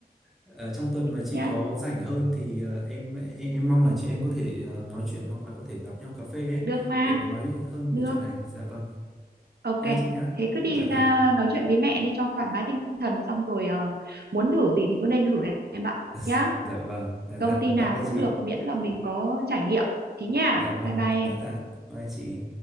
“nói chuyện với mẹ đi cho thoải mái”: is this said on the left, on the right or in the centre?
Right